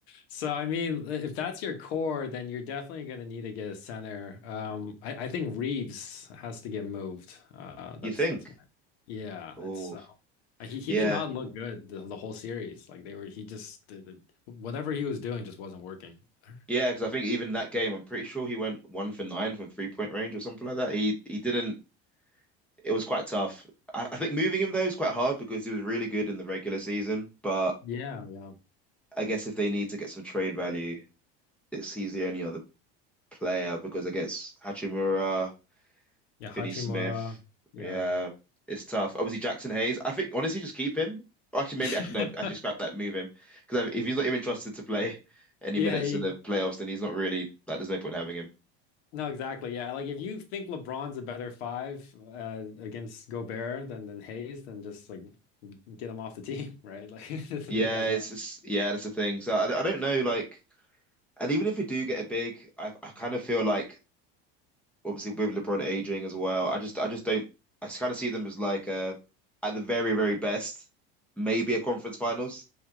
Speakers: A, on the left (about 80°); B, in the centre.
A: So I mean, if that's your core, then you're definitely going to need to get a center. Um, I, I think Reeves has to get moved. Uh, that's
B: You think?
A: that's my yeah.
B: Oh,
A: It's so uh, he he
B: yeah.
A: did not look good the, the whole series. Like they were, he just the- the- whatever he was doing just wasn't working. <laughs>
B: Yeah, because I think even that game, I'm pretty sure he went one for nine from three point range or something like that. He he didn't. It was quite tough. I, I think moving him though is quite hard because he was really good in the regular season. But
A: Yeah, yeah,
B: I guess if they need to get some trade value, it's he's the only other player because I guess Hachimura,
A: yeah. Hachimura,
B: Finney Smith,
A: yeah,
B: yeah, it's tough. Obviously Jackson Hayes. I think honestly, just keep him. Or Actually, maybe
A: <laughs>
B: actually no, actually scrap that, move him because if he's not even trusted to play <laughs> any
A: yeah.
B: minutes
A: He
B: in the playoffs, then he's not really like. There's no point in having him.
A: No, exactly. Yeah. Like if you think LeBron's a better five uh, against Gobert than than Hayes, then just like get him off the team, right? Like <laughs> the
B: Yeah,
A: guy's
B: it's
A: not.
B: just, yeah, that's the thing. So I, I don't know, like, and even if we do get a big, I I kind of feel like obviously with LeBron aging as well, I just I just don't I kind of see them as like uh at the very very best maybe a conference finals